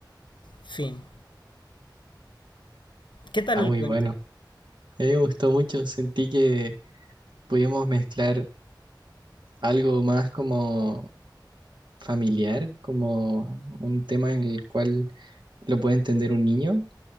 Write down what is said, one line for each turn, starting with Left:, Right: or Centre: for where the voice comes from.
Left: Fin. ¿Qué tal
Right: Está
Left: el
Right: muy
Left: cuento?
Right: bueno. A mí me gustó mucho, sentí que pudimos mezclar algo más como familiar, como un tema en el cual lo puede entender un niño